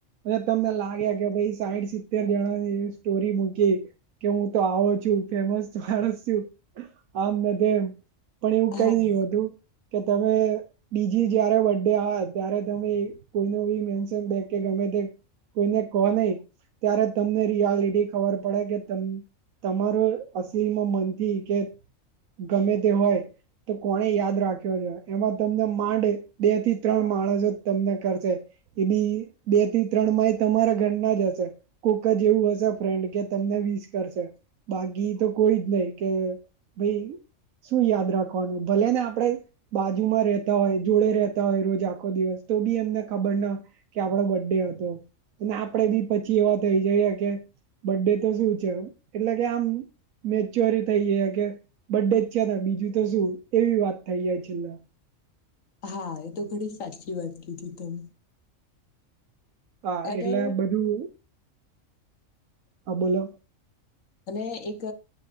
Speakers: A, on the right; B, on the left.
A: અને તમને લાગે કે ભાઈ સાઈડ. અરજણાની સ્ટોરી મૂકી કે હુંતો આવો છું, ફેમસ માણસ છું. આમ નથી એમ પણ એવું કંઈ
B: હા હા
A: નહીં હોતું કે તમે, બીજી જારે બથૅડે આવે ત્યારે તમે કોઈ બી મેન્શન બેગ કે ગમે તે. કોઈને કહો નહીં. ત્યારે તમને રિયાલિટી ખબર પડે કે તમારો અસલમાં મનથી. કે ગમે તે હોય. તો કોને યાદ રાખ્યો છે એમાં તમને માંડ બે થી ત્રણ માણસો તમને કરશે. એ બી બે થી ત્રણ માઇ તમારા ઘર ના જ હશે. કોક જે એવું હશે ફ્રેન્ડ કે તમને વિસ કરશે બાકી તો કોઈ જ નહી કે ભાઈ શું યાદ રાખવાનું ભલે ને આપડે બાજુમાં રહેતા હોય જોડે રતા હોય, રોજ આખો દિવસ તો બી એમને ખબર ના કે આપડો બર્ ડે હતો અને આપણેે બી પછી એવા થઈ જઈએ કે બર્ ડે તો શું છે એટલે કે આમ મેચ્યોરી થઈ જાય. બે જ છે બીજું તો શું એવી વાત થઈ જાય છેલ્લા.
B: હા એ તો ઘણી સાચી વાત કીધી તમે.
A: હા
B: અરે
A: એટલે બધું હા બોલો
B: અને એક